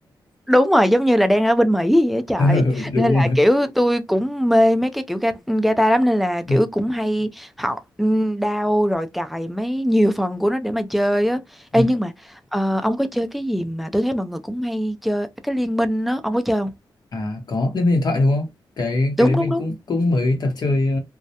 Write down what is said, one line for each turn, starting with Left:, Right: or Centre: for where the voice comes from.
Centre: đúng rồi giống như là đang ở bên Mỹ vậy á trời
Left: <laughs> đúng
Centre: nên là
Left: rồi
Centre: kiểu tôi cũng mê mấy cái kiểu ga- guitar lắm nên là kiểu
Left: ừ.
Centre: cũng hay học ừm, đao rồi cài mấy nhiều phần của nó để mà chơi á
Left: Ừ.
Centre: Ê nhưng mà ờ, ông có chơi cái gì mà tôi thấy mọi người cũng hay chơi cái liên minh đó ông có chơi không
Left: à có lên điện Thoại đúng không cái cái
Centre: đúng
Left: đấy mình
Centre: đúng đúng
Left: cũng cũng mới tập chơi ờ,